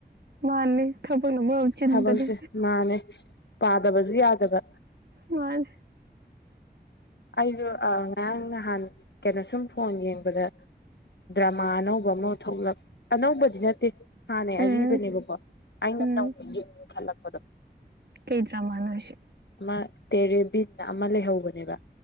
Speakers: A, on the right (about 70°); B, on the left (about 80°).
A: ꯃꯥꯅꯤ ꯊꯕꯛꯅ ꯃꯔꯣꯟ ꯑꯃ ꯆꯤꯟꯕꯅꯦ
B: ꯊꯕꯛꯁꯦ ꯃꯥꯅꯦ ꯄꯥꯗꯕꯁꯨ ꯌꯥꯗꯕ
A: ꯍꯣꯏ
B: ꯑꯩꯁꯨ ꯉꯔꯥꯡ ꯅꯍꯥꯟ ꯀꯩꯅꯣ ꯁꯨꯝ ꯐꯣꯟ ꯌꯦꯡꯕꯗ ꯗ꯭ꯔꯃꯥ ꯑꯅꯧꯕ ꯑꯃ ꯊꯣꯛꯂꯛ ꯑꯅꯧꯕꯗꯤ ꯅꯠꯇꯦ ꯍꯥꯟꯅꯩ
A: ꯎꯝ
B: ꯑꯔꯤꯕꯅꯦꯕꯀꯣ ꯑꯩꯅ
A: ꯎꯝ
B: ꯅꯧ ꯌꯦꯡ ꯈꯜꯂꯛꯄꯗꯣ
A: ꯀꯩ ꯗ꯭ꯔꯥꯃꯥꯅꯣ ꯍꯥꯏꯁꯦ
B: ꯑꯃ ꯇꯦꯔꯦꯕꯤꯟ ꯑꯃ ꯂꯩꯍꯧꯕꯅꯦꯕ